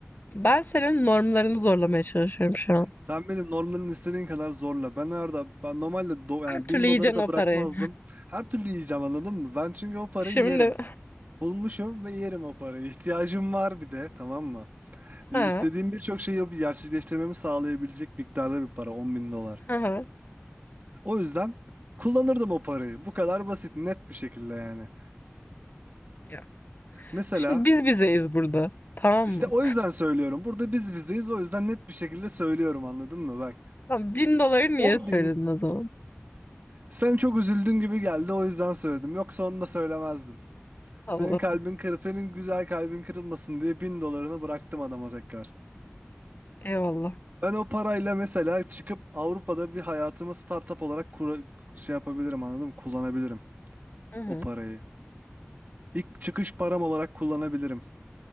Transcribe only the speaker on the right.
Sen benim normlarımı istediğin kadar zorla. Ben arada ben normalde do-
yani bin
doları da
bırakmazdım.
Her türlü yiyeceğim anladın mı? Ben çünkü o parayı
yerim. Bulmuşum ve yerim o parayı. İhtiyacım var bir de tamam mı? E,
İstediğim birçok şeyi gerçekleştirmemi sağlayabilecek miktarda bir para 10 bin dolar.
O yüzden kullanırdım o parayı. Bu kadar basit net bir şekilde yani.
Mesela
işte
o yüzden söylüyorum. Burada biz bizeyiz o yüzden net bir şekilde söylüyorum anladın mı? Bak
10.000.
Sen çok üzüldün gibi geldi o yüzden söyledim. Yoksa onu da söylemezdim.
Senin kalbin kır, senin güzel kalbin kırılmasın diye bin dolarını bıraktım adama tekrar.
Ben o parayla mesela çıkıp Avrupa'da bir hayatımı startup olarak kura, şey yapabilirim anladın mı? Kullanabilirim
o parayı. İlk çıkış param olarak kullanabilirim.